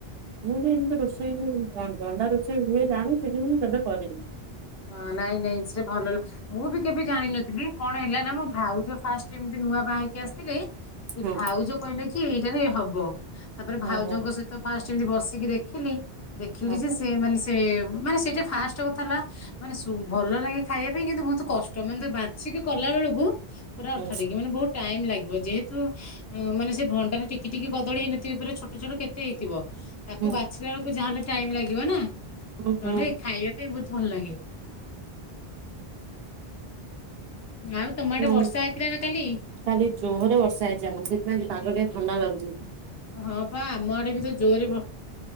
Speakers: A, on the right; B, on the left.
A: ମୁଁ ବି ଏମିତି ରୋଷେଇ ହୁଏ ଭ-ଭଣ୍ଡା ରୋଷେଇ ହୁଏ ଜାଣୁଚି କିନ୍ତୁ ମୁଁ କେବେ କରିନି।
B: ହଁ ନାଇଁ ନାଇଁ ସେଟା ଭଲ ମୁଁ ବି କେବେ ଜାଣିନଥିଲି କଣ ହେଲା ନା ମୋ ଭାଉଜ ଫାଷ୍ଟ ଏମିତି ନୂଆ ବାହା ହେଇକି ଆସିଥିଲେ। ସେ
A: ହଁ
B: ଭାଉଜ କହିଲେ କି ଏଇଟାରେ ହବ ତାପରେ
A: ହଁ
B: ଭାଉଜଙ୍କ
A: ହଁ
B: ସ ତ ଫାଷ୍ଟ ଏମିତି ବସିକି ଦେଖିଲି ଦେଖିଲି
A: ହଁ
B: ଯେ ସେ ମାନେ ସେ ମାନେ ସେଇଟା ଫାଷ୍ଟ କଥା ହେଲା ମାନେ ସୁ ଭଲ ଲାଗେ ଖାଇବା ପାଇଁ କିନ୍ତୁ ବହୁତ କଷ୍ଟ ମାନେ ତା ବାଛିିକି କଲା ବେଳକୁ ପୁରା
A: ହଁ
B: ଆଠାଟିକ ମାନେ ବହୁତ ଟାଇମ୍ ଲାଗିବ ଯେହେତୁ ଅ ମାନେ ସେ ଭଣ୍ଡାରେ ଟିକି ଟିକି କଦଳୀ ହେଇନଥିବେ ପରା ଛୋଟ ଛୋଟ କେତେ ହେଇଥିବ। ତାକୁ
A: ହୁଁ।
B: ବାଛିଲା ବେଳୁକୁ ଯାହାହେଲେ ଟାଇମ ଲାଗିବ ନା
A: ଓହୋ
B: ନହେଲେ ଖାଇବା ପାଇଁ ବହୁତ ଭଲ ଲାଗେ। ଆଉ ତମ ଆଡେ
A: ନାଇଁ
B: ବର୍ଷା ହେଇଥିଲାନା କାଲି?
A: କାଲି ଜୋହରେ ବର୍ଷା ହେଇଚି ଆମର ସେଇଥିପାଇଁ ଆଜି ପାଗ ଟିକେ ଥଣ୍ଡା ଲାଗୁଚି।
B: ହଁ ପା ଆମ ଆଡେ ବି ତ ଜୋରେ ବ